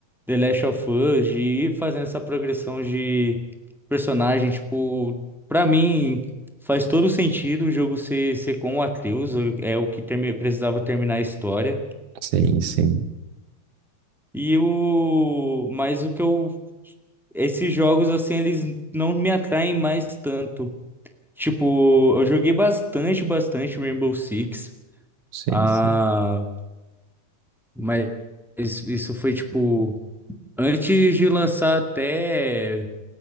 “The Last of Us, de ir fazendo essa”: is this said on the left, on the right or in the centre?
Centre